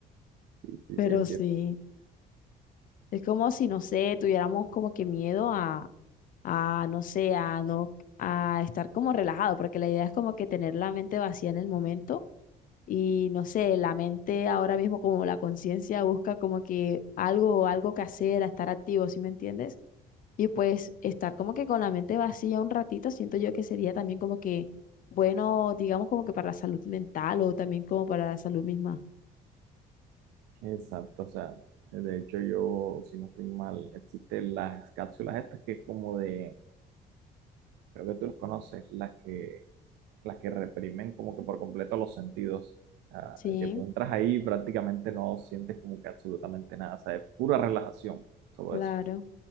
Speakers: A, on the right; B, on the left.
A: sí, sí,
B: pero
A: sí, entiendo.
B: sí, es como si, no sé, tuviéramos como que miedo a, a, no sé, a no, a estar como relajado, porque la idea es como que tener la mente vacía en el momento y, no sé, la mente ahora mismo como la conciencia busca como que algo, algo que hacer, a estar activo, ¿sí me entiendes? Y pues estar como que con la mente vacía un ratito, siento yo que sería también como que, bueno, digamos como que para la salud mental o también como para la salud misma.
A: Exacto, o sea, de hecho yo, si no estoy mal, existen las cápsulas estas que es como de, creo que tú las conoces, las que las que reprimen como que por completo los sentidos. Ah,
B: Sí,
A: que tú entras ahí y prácticamente no sientes como que absolutamente nada, o sea, es pura relajación, solo
B: claro.
A: eso.